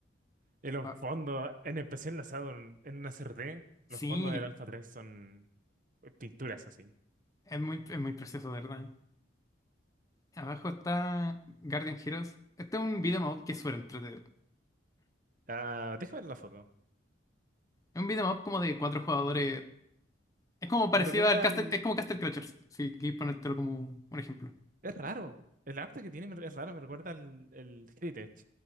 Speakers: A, on the right; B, on the left.
A: Y los
B: Ah,
A: fondos, en especial enlazado en, en una CRT,
B: sí,
A: los fondos del Alpha 3 son eh, pinturas así.
B: es muy, es muy precioso, de verdad. Abajo está Guardian Heroes. Este es un beat'em up que es súper entretenido.
A: Ah, déjame ver la foto.
B: Es un beat'em up como de cuatro jugadores. Es como parecido
A: Me recuerda
B: al Castle,
A: al...
B: es como Castle Crashers, si quieres ponértelo como un, un ejemplo.
A: Es raro. El arte que tiene me- es raro, me recuerda al el Heritage.